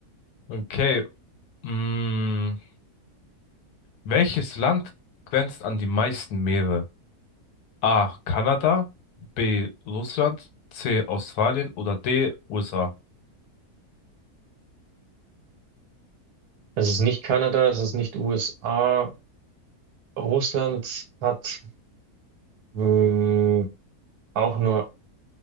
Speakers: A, on the left; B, on the right.
A: Okay. Mh, welches Land grenzt an die meisten Meere? A. Kanada, B. Russland, C. Australien oder D. USA?
B: Es ist nicht Kanada, es ist nicht USA. Russland hat Äh, auch nur